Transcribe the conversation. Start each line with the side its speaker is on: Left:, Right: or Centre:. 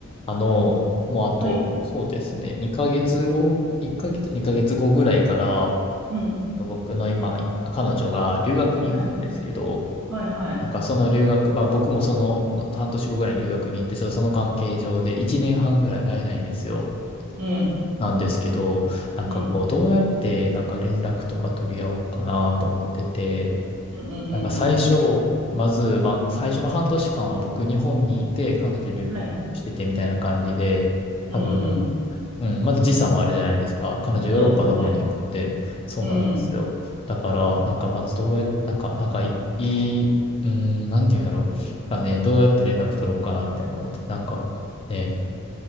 Left: あの、もうあと、
Right: はい。
Left: そうですね、2ヶ月後、1ヶ月、2ヶ月後ぐらいから、
Right: うん。
Left: 僕の今、彼女が留学に行くんですけど、
Right: はい。はい、はい。
Left: なんかその留学、まあ僕もそのの半年後ぐらいに留学に行って、ちょっとその関係上で1年半ぐらい会えないんですよ。
Right: うん。
Left: なんですけど、なんかこう、
Right: うん。
Left: どうやってなんか連絡とか取り合おうかなと思ってて、
Right: うん、うん、うん、
Left: なんか最初、
Right: うん。うん
Left: まず、まあ最初の半年間は僕日本にいて、彼女留学しててみたいな感じで、
Right: はい。うん、
Left: 多分、
Right: うん。
Left: うん、まず時差もあるじゃないですか。彼女ヨーロッパの方に行くんで、
Right: そうですね。
Left: そうなんですよ。
Right: うん。
Left: だから、なんかまずどうやっ、なんか、なんかいい、いうん、なんていうんやろう。なんかね、どうやって連絡取ろうかな、みたいな思って、なんか、ね、